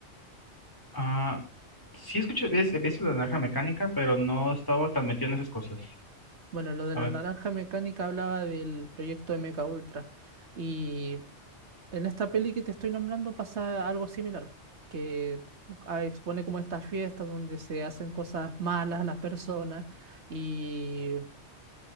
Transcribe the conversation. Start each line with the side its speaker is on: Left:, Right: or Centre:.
Left: Ah, sí escuché, ves- he visto la naranja mecánica, pero no estaba tan metido en esas cosas.
Right: Bueno, lo de
Left: A
Right: la
Left: ver.
Right: naranja mecánica hablaba del proyecto de Mecha Ultra. Y en esta peli que te estoy nombrando pasa algo similar, que ah, expone como estas fiestas donde se hacen cosas malas a las personas y